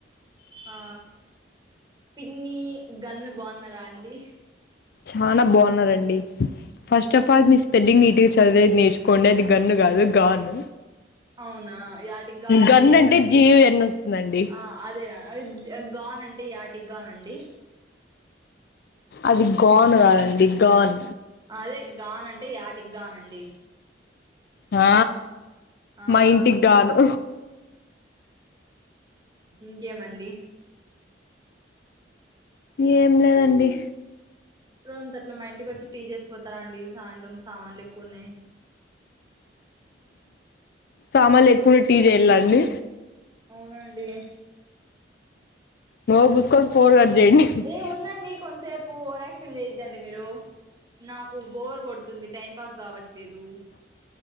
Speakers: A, on the right (about 25°); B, on the left (about 55°).
A: ఆ పిన్ని గన్ను బాగున్నారా అండి
B: చాలా బాగున్నారండి ఫస్ట్ ఆఫ్ ఆల్ మీ స్పెల్లింగ్ నీట్ గా చదివేది నేర్చు కొండేది గన్ను కాదు గాన్
A: అవును నా యాటికిగా అండి
B: గన్ అంటే జీయుఎన్ వస్తుందండి
A: ఆ అదేనా అంటే యాటికగా అండి
B: అది గాన్ కాదండి గాన్
A: అదే గానంటే యాటికి గానండి
B: ఆ
A: ఆ
B: మా ఇంటికి గాను
A: ఇంకేమండి
B: ఏం లేదండి
A: రోంత అట్ మా ఇంటికి వచ్చి టీ చేసిపోతారండి సాయంత్రం సామాన్లు ఎక్కువ ఉన్నాయి
B: సామాన్లు ఎక్కువడా టీ చేయాలండి
A: అవునండి
B: నోరు మూసుకొని ఫోన్ కట్ చేయండి
A: ఏ ఉండండి కొంతసేపు ఓవరాక్షన్ చేయద్దండి మీరు నాకు బోర్ కొడుతుంది టైం పాస్ కావట్లేదు.